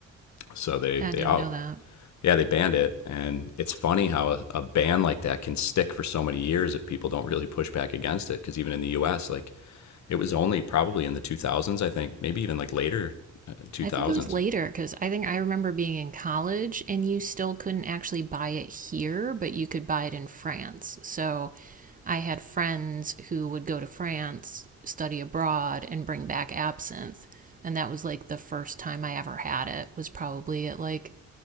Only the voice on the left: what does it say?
So they
they
out
yeah they banned it, and it's funny how a, a ban like that can stick for so many years if people don't really push back against it. Because even in the U.S., like it was only probably in the 2000s, I think, maybe even like later uh, 2000s